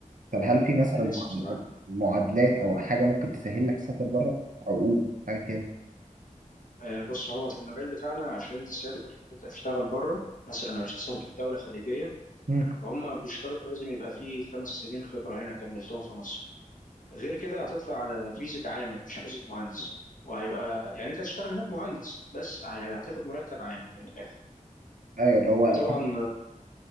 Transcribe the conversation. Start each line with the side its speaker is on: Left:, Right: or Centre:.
Right: طب هل في مثلا
Left: أنا نفسي بصراحه
Right: معادلات أو حاجة ممكن تسهل لك تسافر بره عقود حاجة كده
Left: أه بص هو في المجال بتاعنا عشان تسافر تبدا تشتغل بره مثلا لو هتسافر في دوله خليجيه
Right: مم.
Left: فهم بيشترطوا لازم يبقى فيه خمس سنين خبره هنا كملتهم في مصر غير كده هتطلع على فيزه عامل مش فيزه مهندس وهيبقى يعني انت هتشتغل هناك مهندس بس هتاخد مرتب عامل من الاخر
Right: أيوه اللي هو
Left: وطبعا
Right: 2000